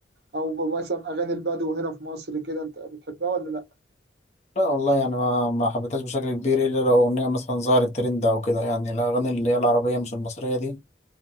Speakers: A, on the right; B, on the left.
A: او مثلا اغاني البدو هنا في مصر كده انت بتحبها ولا لا
B: لا والله يعني ما ما حبيتهاش بشكل كبير الا لو اغنيه مثلا ظهرت ترند او كده يعني الاغاني اللي هي العربيه مش المصريه دي